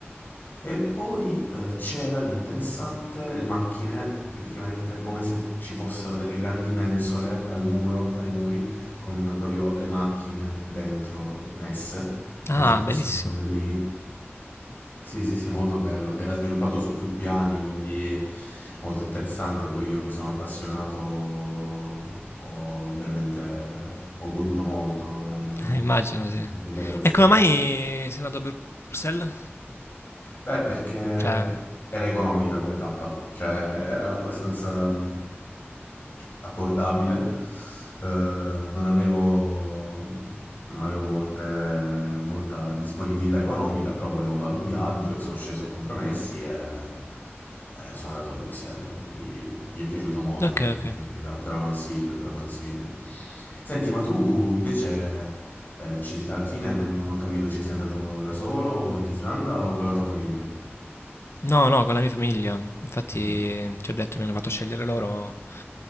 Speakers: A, on the left; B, on the left.
A: E poi eh, c'era di interessante le macchine, praticamente come se ci fossero delle grandi mensole al muro, ai muri, con proprio le macchine dentro messe,
B: Ah,
A: come se fossero
B: bellissimo.
A: dei modellini. Sì, sì, sì, molto bello. Era sviluppato su più piani, quindi molto interessante. Poi io che sono appassionato ho veramente ho goduto molto nel,
B: Eh, immagino, sì.
A: nel vedere questa.
B: E come mai sei andato a Bruxelles?
A: Beh, perché
B: Cioè,
A: era economica come tappa, cioè era abbastanza mh, abbordabile, eh, non avevo, non avevo molte- molta disponibilità economica, però volevo fare un viaggio e sono sceso a compromessi e, e sono andato a Bruxelles, quindi mi è piaciuto molto,
B: ok,
A: devo
B: ok.
A: dire la verità, te lo consiglio, te lo consiglio. Senti, ma tu invece eh, ci- alla fine non, non ho capito, ci sei andato da solo in Islanda o con la tua famiglia?
B: No, no, con la mia famiglia. Infatti,
A: Mm.
B: ti ho detto, mi hanno fatto scegliere loro